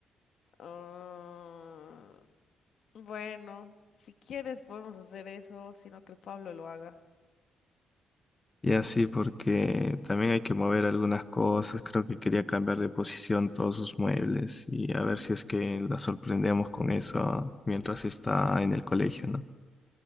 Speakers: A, on the left; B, on the left.
A: Ah, Bueno, si quieres podemos hacer eso, sino que el Pablo lo haga.
B: Y así porque también hay que mover algunas cosas. Creo que quería cambiar de posición todos sus muebles y a ver si es que la sorprendemos con eso mientras está en el colegio, ¿no?